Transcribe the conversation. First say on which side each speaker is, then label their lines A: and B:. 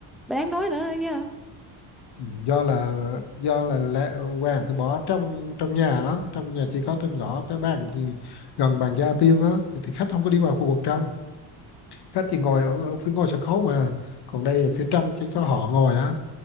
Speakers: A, in the centre; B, on the left.
A: đáng nói nữa chứ
B: do là do là lẹ, vàng thì bỏ trong trong nhà đó trong nhà chỉ có trên ngõ cái bàn gì- gần bàn gia tiên á thì, thì khách không có đi vào khu vực trong khách chỉ ngồi ở, ở phía ngoài sân khấu mà còn đây ở phía trong chỉ có họ ngồi á